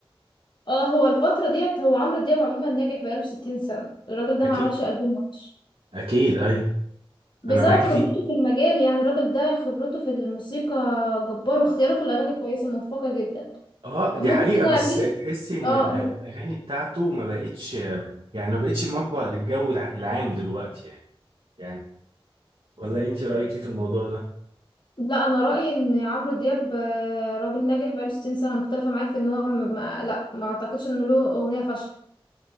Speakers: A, on the left; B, on the right.
A: اه هو الفترة ديت هو عمرو دياب عموما ناجح بقاله 60 سنة الراجل ده
B: اكيد
A: ما عملش ألبوم وحش
B: اكيد ايوه
A: بسبب
B: انا معاكي
A: خبرته
B: فيه
A: في المجال يعني الراجل ده خبرته في الموسيقى جبارة واختياراته الأغاني كويسة موفقة جدا
B: اه دي
A: ممكن
B: حقيقه بس
A: اميل
B: تحسي ان
A: اه
B: الأ-
A: م-
B: الاغاني بتاعته ما بقتش يعني ما بقتش مقبل للجو الع- العام دلوقتي يعني يعني ولا انت رايك ايه في الموضوع ده
A: لا انا رايي ان عمرو دياب آه، راجل ناجح بقاله 60 سنه مختلفه معاك في ان هو م- ما لا ما اعتقدش انه له اغنيه فاشله